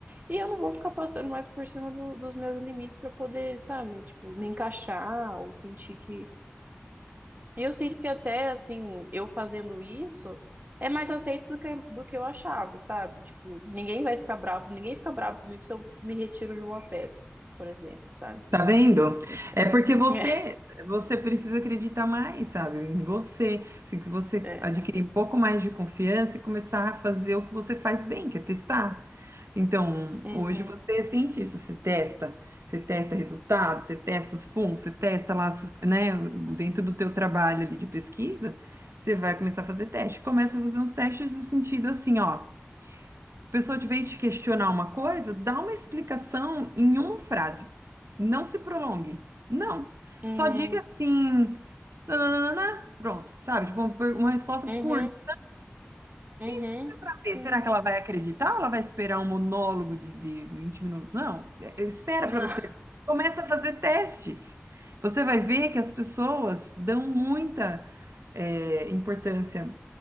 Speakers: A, on the right; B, on the right.
A: e eu não vou ficar passando mais por cima do- dos meus limites para poder, sabe, tipo, me encaixar ou sentir que. E eu sinto que até assim, eu fazendo isso é mais aceito do que, do que eu achava, sabe? Tipo, ninguém vai ficar bravo, ninguém fica bravo comigo se eu me retiro de uma festa, por exemplo, sabe?
B: Tá vendo?
A: Então,
B: É porque você
A: <laughs>
B: você precisa acreditar mais, sabe? Em você. Assim, que você
A: é, é.
B: adquirir um pouco mais de confiança e começar a fazer o que você faz bem, que é testar. Então,
A: Uhum,
B: hoje você é cientista, você testa, você testa resultados, você testa os fungos, você testa lá, as- né, dentro do teu trabalho ali de pesquisa, você vai começar a fazer teste. Começa a fazer uns testes no sentido assim, ó. A pessoa, de vez de questionar uma coisa, dá uma explicação em uma frase. Não se prolongue. Não.
A: hum,
B: Só diga assim, nananana, pronto, sabe? Tipo, uma per- uma resposta
A: uhum,
B: curta.
A: uhum,
B: E espera pra
A: sim.
B: ver. Será que ela vai acreditar ou ela vai esperar um monólogo de, de 20 minutos? Não. É- é- Espera
A: Não.
B: pra você. Começa a fazer testes. Você vai ver que as pessoas dão muita, eh, importância